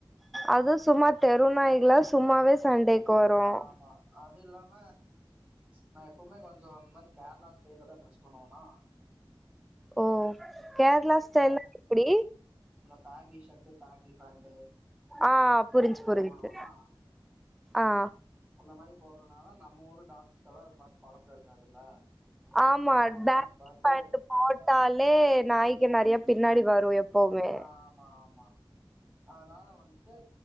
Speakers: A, in the centre; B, on the right.
A: அது சும்மா தெருநாய்களா சும்மாவே சண்டைக் வரும்
B: ஆமா அது இல்லாம நா எப்பவுமே கொஞ்சொ அந் மாரி கேரளா ஸ்டைல்ல தான் ட்ரெஸ் பண்ணுவனா
A: ஓ கேரளா ஸ்டைல்னா எப்படி
B: டாகி ஷர்ட்டு பாகி பேண்டு
A: ஆ
B: இந்த
A: புரிஞ்சு
B: மாரிதா
A: புரிஞ்சு
B: போடுவனா
A: ஆ
B: அந்த மாரி போடுறதுனால நம்ம ஊர் டாக்ஸ்லா அத பார்த்து பழக்கொ இருக்காதுல்ல
A: ஆமா
B: அதனால
A: பேண்ட்
B: என்னை பார்த்து
A: ஷர்ட் போட்டாலே நாய்க்கு நெறைய பின்னாடி வரும் எப்பவுமே
B: ஆமா <inaudible> அதனால வந்துட்டு